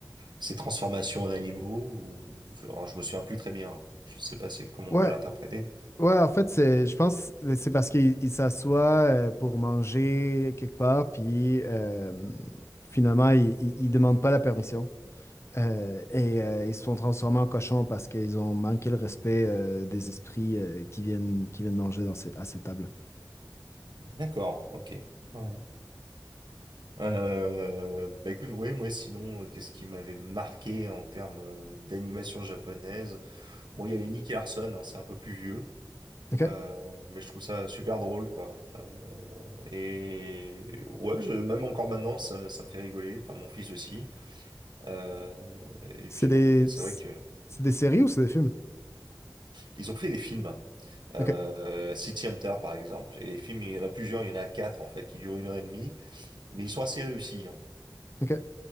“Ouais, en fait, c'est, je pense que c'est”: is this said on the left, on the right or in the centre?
Left